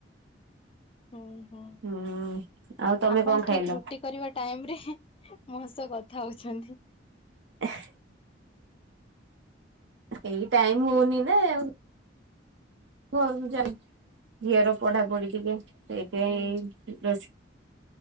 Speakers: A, on the left; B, on the right.
A: ହୁଁ ହୁଁ
B: ହୁଁ। ଆଉ ତମେ
A: ଆପଣ
B: କଣ ଖାଇଲ?
A: ଠିକ ରୁଟ ଟି କରିବା ଟାଇମରେ ମୋ ସହ କଥା ହଉଛନ୍ତି।
B: <unintelligible> ଏଇ ଟାଇମ ହଉନି ନା ଆଉ। ଘରକୁ ଯାଉଚି ଝିଅର ପଢାପଢି ଟିକେ ସେଇଥିପାଇଁ
A: ହୁଁ
B: ଏଇ ରୋଷ